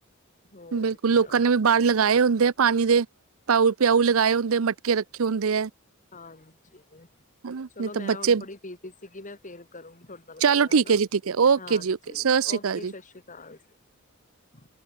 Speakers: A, on the left (about 40°); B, on the right (about 75°).
A: ਹੋਰ
B: ਬਿਲਕੁਲ
A: ਕਿਆ
B: ਲੋਕਾਂ ਨੇ ਵੀ ਬਾਹਰ ਲਗਾਏ ਹੁੰਦੇ ਦੇ ਪਾਣੀ ਦੇ ਪਾਉ ਪਿਊ ਲਗਾਏ ਹੁੰਦੇ ਮਟਕੇ ਰੱਖੇ ਹੁੰਦੇ ਹੈ
A: ਹਾਂਜੀ
B: ਹਨਾ
A: ਚਲੋ
B: ਨਹੀਂ ਤਾਂ
A: ਮੈਂ
B: ਬੱਚੇ
A: ਹੁਣ ਥੋੜ੍ਹੀ ਬਿਜ਼ੀ ਸੀਗੀ ਮੈਂ ਫੇਿਰ ਕਰੂੰਗੀ ਤੁਹਾਡੇ ਨਾਲ
B: ਚਲੋ
A: ਗੱਲ ਹੈ
B: ਠੀਕ
A: ਨਾ
B: ਜੀ ਠੀਕ ਹੈ ਓਕੇ
A: ਹਾਂਜੀ
B: ਜੀ ਓਕੇ ਸਤਿ ਸ਼੍ਰੀ
A: ਓਕੇ
B: ਅਕਾਲ ਜੀ
A: ਸਤਿ ਸ਼੍ਰੀ ਅਕਾਲ ਜੀ